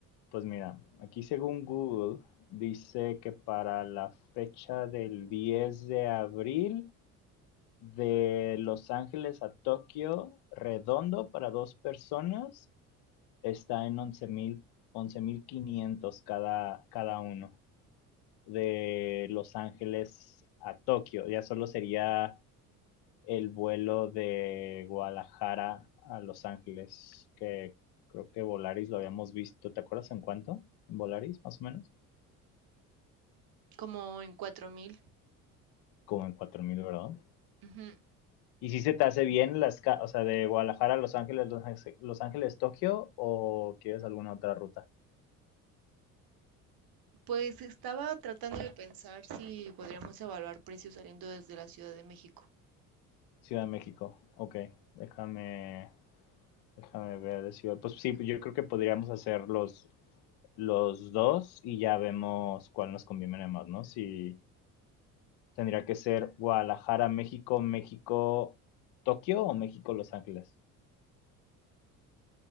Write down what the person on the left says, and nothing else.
Pues mira, aquí según Google dice que para la fecha del 10 de abril de Los Ángeles a Tokio, redondo para dos personas, está en 11.500 cada, cada uno. De Los Ángeles a Tokio, ya solo sería el vuelo de Guadalajara a Los Ángeles, que creo que Volaris lo habíamos visto, ¿te acuerdas en cuánto? ¿En Volaris, más o menos?
Como en cuatro mil ¿verdad?
¿Y si se te hace bien las, o sea, de Guadalajara a Los Ángeles, Los Ángeles, Los Ángeles, Tokio o quieres alguna otra ruta?
Ciudad de México. Ok, déjame, déjame ver de ciudad. Pues sí, yo creo que podríamos hacer los, los dos y ya vemos cuál nos conviene más, ¿no? Si tendría que ser Guadalajara, México, México, Tokio o México, Los Ángeles.